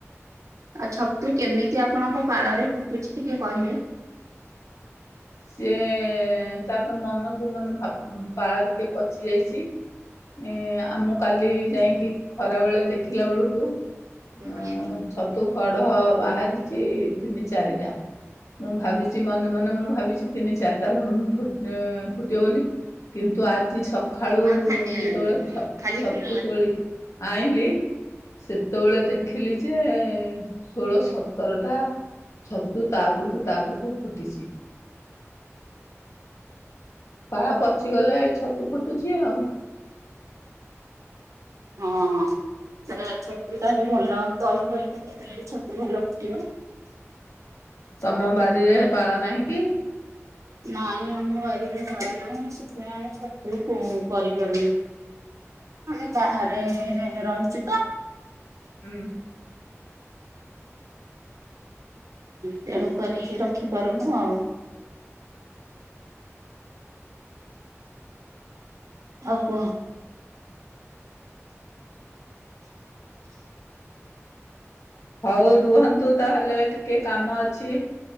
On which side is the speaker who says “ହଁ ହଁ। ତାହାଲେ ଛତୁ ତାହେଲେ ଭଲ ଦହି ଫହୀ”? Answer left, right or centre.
Right